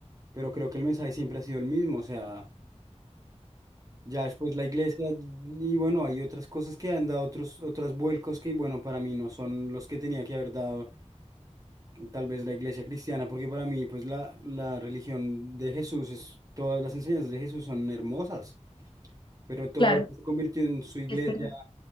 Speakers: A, on the right; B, on the left.
A: pero creo que el mensaje siempre ha sido el mismo, o sea... Ya después la iglesia y bueno, hay otras cosas que han dado otros, otros vuelcos que bueno, para mí no son los que tenía que haber dado tal vez la iglesia cristiana, porque para mí pues la, la religión de Jesús es, todas las enseñanzas de Jesús son hermosas, pero todo
B: claro,
A: lo que se convirtió en su iglesia
B: es verdad.